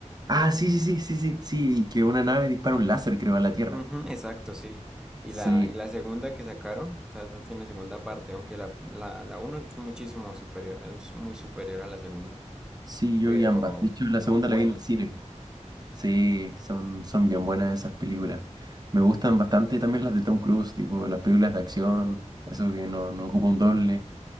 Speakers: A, on the right; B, in the centre.
A: Ah, sí, sí, sí, sí, sí, sí, que una nave dispara un láser, creo, a la Tierra.
B: Ujú, exacto, sí. Y
A: Sí.
B: la, y la segunda que sacaron, o sea, no tiene segunda parte, aunque la, la, la uno es muchísimo superior, es muy superior a la segunda.
A: Sí, yo
B: pero
A: y ambas. De hecho, la
B: muy
A: segunda
B: buena.
A: la vi en el cine. Sí, son, son bien buenas esas películas. Me gustan bastante también las de Tom Cruise, tipo las películas de acción, eso que no, no ocupa un doble.